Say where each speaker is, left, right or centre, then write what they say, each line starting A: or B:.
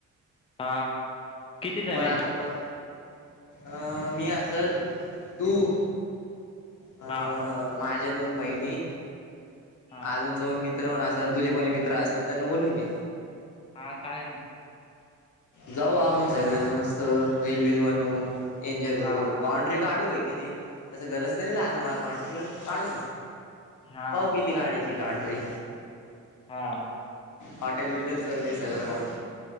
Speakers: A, on the left; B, on the left.
A: हा. किती जण
B: पण
A: आहे
B: आता पण अं मी असल तू अ
A: हा
B: माझ्या दोन बहिणी
A: हा
B: अजून दोन मित्र होन अस आणि तुझे कोणी मित्र असले त्यांना बोलून घी.
A: हा चालेल ना.
B: जाऊ आवण सगदाना <unintelligible> मस्त रीलल बल बनू एन्जॉय
A: हा
B: करू. <unintelligible>
A: हा
B: काढूय किती तं गरज तर नाही लागणार माझ कॉन्ट्रॅ कि काढून घेऊ.
A: हा
B: फाऊ किती काडायची का कॉन्ट्री
A: हा.
B: हॉटल विटल तर सत <unintelligible> पाण